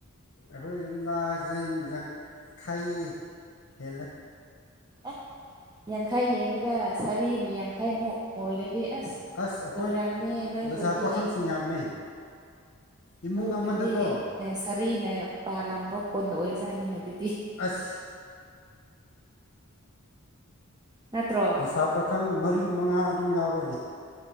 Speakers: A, on the left; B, on the right.
A: ꯑꯩꯈꯣꯏ ꯌꯨꯝꯂꯥꯁꯦ ꯌꯥꯡꯈꯩ ꯍꯦꯜꯂꯦ
B: ꯑ ꯌꯥꯡꯈꯩ ꯍꯦꯟꯕꯗ ꯁꯔꯤꯅ ꯌꯥꯡꯈꯩꯃꯨꯛ ꯑꯣꯏꯔꯗꯤ ꯑꯁ
A: ꯑꯁ ꯑꯩꯈꯣꯏ
B: ꯂꯣꯏꯔꯝꯅꯦ ꯅꯣꯏ
A: ꯂꯩꯁꯥ
B: ꯈꯨꯟꯗꯤ
A: ꯄꯥꯈꯪꯁꯤꯡ ꯌꯥꯝꯃꯦ ꯏꯃꯨꯡ
B: ꯅꯣꯏ ꯈꯨꯟꯗꯤ
A: ꯑꯃꯗꯀꯣ
B: ꯑꯦ ꯁꯔꯤꯅ ꯄꯥꯜꯂꯝꯕ ꯈꯨꯟ ꯑꯣꯏꯖꯥꯠꯅꯤꯅꯦ ꯑꯗꯨꯗꯤ
A: ꯑꯁ
B: ꯅꯠꯇ꯭ꯔꯣ
A: ꯂꯩꯁꯥ ꯄꯥꯈꯪ ꯃꯔꯤ ꯃꯉꯥ ꯑꯗꯨꯝ ꯌꯥꯎꯔꯦ